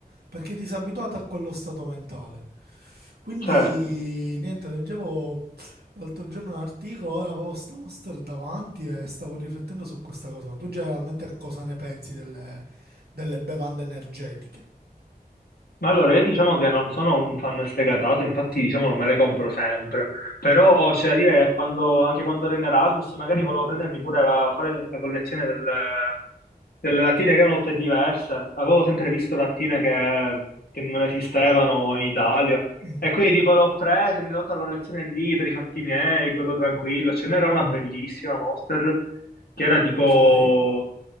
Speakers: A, on the right; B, on the left.
A: perché ti sei abituato a quello stato mentale. Quindi,
B: certo.
A: niente, leggevo l'altro giorno un articolo, ora avevo sta Monster davanti e stavo riflettendo su questa cosa. Ma tu generalmente cosa ne pensi delle, delle bevande energetiche?
B: Ma allora, io diciamo che non sono un fan sfegatato, infatti diciamo non me le compro sempre, però c'è da dire che quando, anche quando ero in Erasmus magari volevo prendermi pure la, fare la collezione delle, delle lattine che erano tutte diverse, avevo sempre visto lattine che, che non esistevano in Italia
A: Mm,
B: e quindi tipo l'ho presa, mi sono fatta la collezione lì per i fatti miei, bello tranquillo, ce n'era una bellissima Monster che era tipo
A: ok.